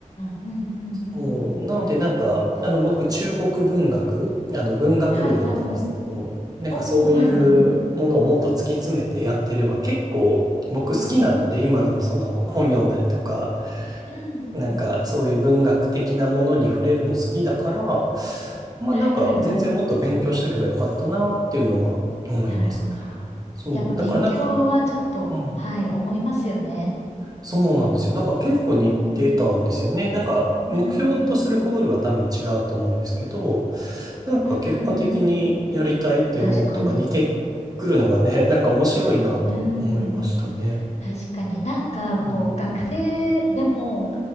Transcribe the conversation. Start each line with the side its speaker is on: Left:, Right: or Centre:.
Left: あ、うんうんうん。
Right: そう、なのでなんか、
Left: そうか。
Right: あの僕中国文学、
Left: うん。
Right: あの文学部だったんですけど、
Left: はいはいはい。
Right: なんかそういうものをもっと突き詰めてやってれば結構僕好きなので今でもその本読んだりとか、
Left: おー、はいはいはい。うんうん。うんうん。
Right: なんかそういう文学的なものに触れるの好きだから、まあなんか全然もっと勉強しとけばよかったなっていうのは思います。
Left: はいはいはい。なるほど。
Right: そう、
Left: やっぱ勉強はちょっと、
Right: だからなんか、うん。
Left: はい、思いますよね。
Right: そうなんですよ。だから結構似てたんですよね。
Left: うん。
Right: なんか目標とするゴールは多分違うと思うんですけど、
Left: うん。うん。
Right: なんか結果的にやりたいって思うことが似てくるのがね、
Left: うん。うん。うんうん確かに。
Right: <laughs> なんか面白いなと思いましたね。
Left: うん。確かになんか、
Right: うん、
Left: こう、学生でも、